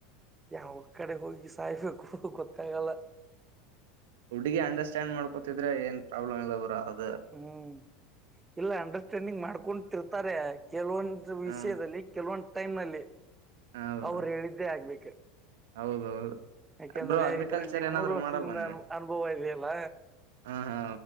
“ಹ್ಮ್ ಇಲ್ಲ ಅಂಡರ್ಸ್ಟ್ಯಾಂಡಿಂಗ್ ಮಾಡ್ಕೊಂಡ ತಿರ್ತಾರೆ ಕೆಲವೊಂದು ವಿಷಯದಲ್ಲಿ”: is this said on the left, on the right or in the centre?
Right